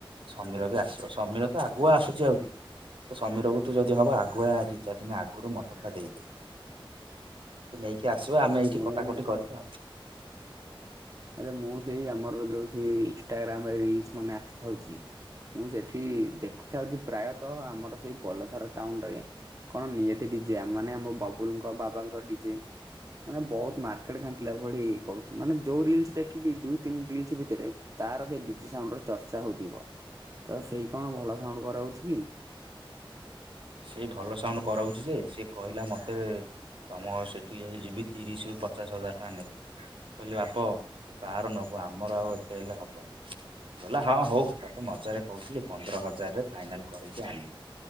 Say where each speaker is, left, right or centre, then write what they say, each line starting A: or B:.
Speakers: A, on the right; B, on the right.
A: ସମୀର ବି ଆସିବ ସମୀର ତ ଆଗକୁ ଆସୁଛି ଆହୁରି। ତ ସମୀରକୁ ତୁ ଯଦି ହବ ଆଗୁଆ ଦି ଚାରି ଦିନ ଆଗରୁ ମଟନ ଟା ଦେଇଦେ। ସେ ନେଇକି ଆସିବା
B: ଆରେ
A: ଆମେ ଏଇଠି
B: ମୁଁ
A: କଟାକଟି କରିବା ଆଉ।
B: ଆରେ ମୁଁ ସେଇ ଆମର ହି ଯୋଉ ଇନଷ୍ଟା ଗ୍ରାମରେ ରିଲସ ମାନେ ଆସିଥାଉଛି। ମୁଁ ସେଠି ଦେଖୁଥାଉଛି ପ୍ରାୟତଃ ଆମର ସେଇ ପଲସାର ଟାଉନ ରେ। କଣ ନିଆତି ଡିଜେ ମାନେ ଆମ ବାବୁଲଙ୍କ ବାବାଙ୍କ ଡିଜେ। ମାନେ ବହୁତ ମାର୍କେଟ ଘାଣ୍ଟିଲା ଭଳି କରୁଛି ମାନେ। ଯୋଉ ରିଲସ୍ ଟେକିବି ଦୁଇ ତିନି ରିଲସ ଭିତରେ ତାର ସେ ଡିଜି ସାଉଣ୍ଡ ଚର୍ଚ୍ଚା ହଉଥିବ। ତ ସେଇ କଣ ଭଲ ସାଉଣ୍ଡ କରାଉଛି କି?
A: ସେ ଭଲ ସାଉଣ୍ଡ କରଉଛି ଯେ ସେ କହିଲା ମୋତେ ‌। ତମ ସେଠିକି ଯଦି ଯିବି ତିରିଶ ରୁ ପଚାଶ ହଜାର ଟଙ୍କା ନେବି। କହିଲି ବାପ ତୁ କାହାର ନବୁ ଆମର ଆଉ ଏତେ ହେଲେ ହବନି। ସେ କଇଲା ହଁ ହଉ ତତେ ମଜାରେ କହୁଥିଲି ପନ୍ଦର ହଜାରରେ ଫାଇନାଲ କରକି ଆଣିବି।